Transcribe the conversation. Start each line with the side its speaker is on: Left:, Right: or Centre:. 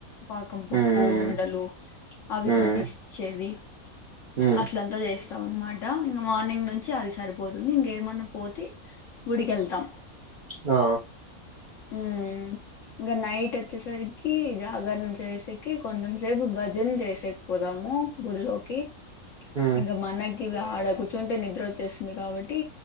Left: పాకం పప్పు
Right: హ్మ్
Left: ఉండలు అవి
Right: హ్మ్
Left: కొన్ని ఇచ్చేవి
Right: హ్మ్
Left: అట్లంతా చేస్ అనమాట ఇంక మార్నింగ్ నుంచి అది సరిపోతుంది. ఇంకేమన్నా పోతే గుడికి వెళ్తాం.
Right: ఆ
Left: హుమ్ ఇంకా నైట్ వచ్చేసరికి జాగరణ చేసేకి, కొంచం సేపు భజన చేసేకిపోదాము గుళ్లోకి.
Right: హ్మ్.
Left: ఇంక మనక్ ఇగ ఆడ కూర్చుంటే నిద్ర వచ్చేస్తుంది. కాబట్టి